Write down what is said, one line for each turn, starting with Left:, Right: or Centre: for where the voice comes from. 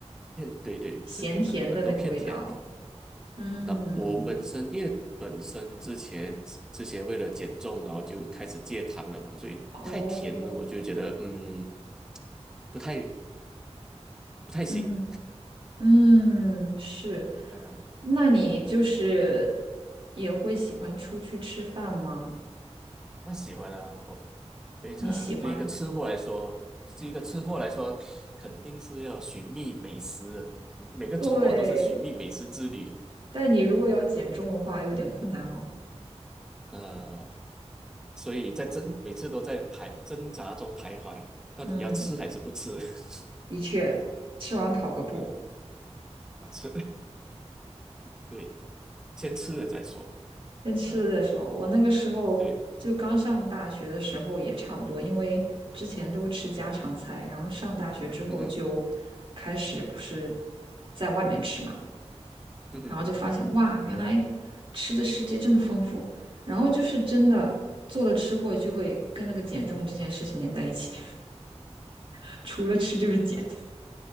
Centre: 偏对对，
Right: 咸甜的那个味道。
Centre: 会偏很很多偏甜，
Right: 嗯，
Centre: 那我本身因为本身之前之前为了减重，然后就开始戒糖了嘛，所以太甜了，
Right: 哦，
Centre: 我就觉得嗯不太不太行，
Right: 嗯嗯，是。
Centre: 嗯，
Right: 那你就是也会喜欢出去吃饭吗？
Centre: 不喜欢啊，我非常啊对一个吃货来说，
Right: 你喜欢？
Centre: 对一个吃货来说，肯定是要寻觅美食的，每个周末都是寻觅美食之旅，
Right: 对，但你如果要减重的话，有点困难哦。
Centre: 呃，所以在挣每次都在排挣扎中徘徊，到底要吃还是不吃？
Right: 嗯，
Centre: <laughs>
Right: 的确，吃完跑个步，
Centre: 嗯，啊吃，<laughs> 对，先吃了再说。
Right: 先吃了再说。
Centre: 呃，
Right: 我那个时候就刚上大学的时候也差不多，
Centre: 对，
Right: 因为之前都吃家常菜，然后上大学之后就
Centre: 嗯哼
Right: 开始不是在外面吃嘛。
Centre: 嗯哼
Right: 然后就发现哇，原来吃的世界这么丰富。然后就是真的做了吃货，就会跟那个减重这件事情连在一起，<laughs> 除了吃就是减。